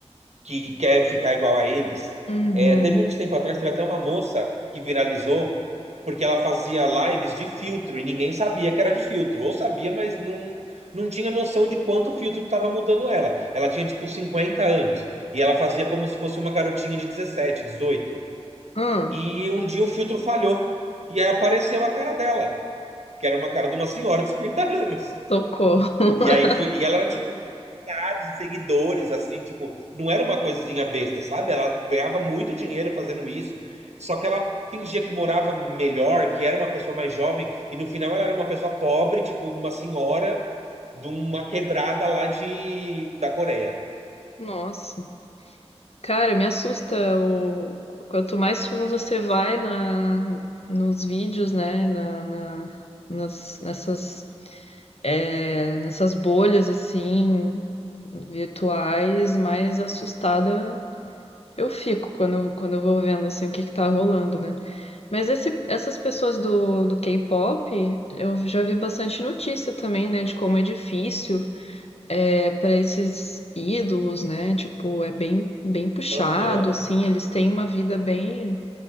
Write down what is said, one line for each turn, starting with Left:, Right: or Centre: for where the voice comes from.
Right: que quer ficar igual a eles.
Left: Uhum.
Right: É, teve uns tempo atrás, teve até uma moça que viralizou porque ela fazia lives de filtro e ninguém sabia que era de filtro. Ou sabia, mas não, não tinha noção de quanto o filtro estava mudando ela. Ela tinha, tipo, 50 anos e ela fazia como se fosse uma garotinha de 17, 18.
Left: Ah,
Right: E um dia o filtro falhou e aí apareceu a cara dela, que era uma cara de uma senhora de 50 <laughs> anos.
Left: socorro. <laughs>
Right: E aí foi, e ela era tipo milhares de seguidores, assim, tipo, não era uma coisinha besta, sabe? Ela ganhava muito dinheiro fazendo isso, só que ela fingia que morava melhor, que era uma pessoa mais jovem, e no final ela era uma pessoa pobre, tipo, uma senhora de uma quebrada lá de da Coreia.
Left: Nossa. Cara, me assusta o quanto mais fundo você vai na nos vídeos, né, na, na- nas, nessas é, nessas bolhas assim virtuais, mais assustada eu fico quando eu, quando eu vou vendo assim o que que tá rolando, né? Mas esse- essas pessoas do, do K-pop, eu já vi bastante notícia também, né, de como é difícil é, para esses ídolos, né? Tipo, é bem, bem puxado,
Right: Aham.
Left: assim, eles têm uma vida bem,